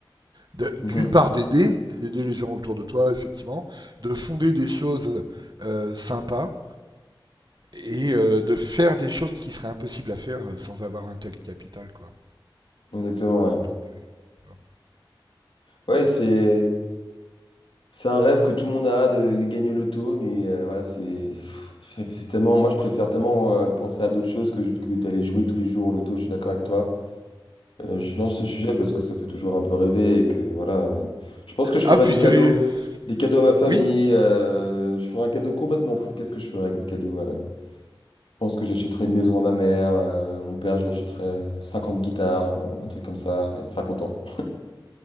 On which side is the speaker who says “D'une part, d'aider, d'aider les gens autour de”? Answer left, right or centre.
Right